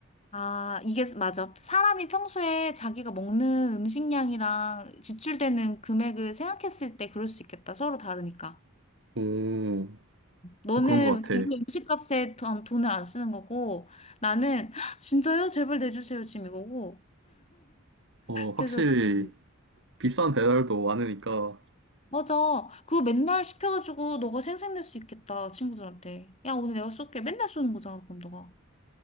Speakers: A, on the left (about 30°); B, on the right (about 60°).
A: 아, 이게 스- 맞아. 사람이 평소에 자기가 먹는 음식량이랑 지출되는 금액을 생각했을 때 그럴 수 있겠다. 서로 다르니까.
B: 오,
A: 너는
B: 그런 것 같아.
A: 별로 음식값에 돈- 돈을 안 쓰는 거고, 나는 "헉, 진짜요? 제발 내주세요. 지금 이거고.
B: 어, 확실히
A: 그래서 나는
B: 비싼 배달도 많으니까.
A: 맞아. 그거 맨날 시켜가지고 너가 생색낼 수 있겠다. 친구들한테. 야, 오늘 내가 쏠게. 맨날 쏘는 거잖아. 그럼 너가.